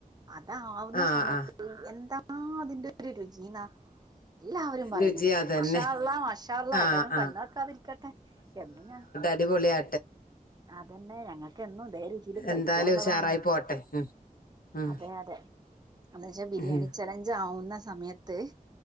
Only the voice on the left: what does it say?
ആ
ആ
രുചി അതന്നെ
ആഹ്
ആഹ്
അടിപലെയ
എന്തായാലും ഉഷാറായി പോട്ടെ ഉം ഉം
ഉം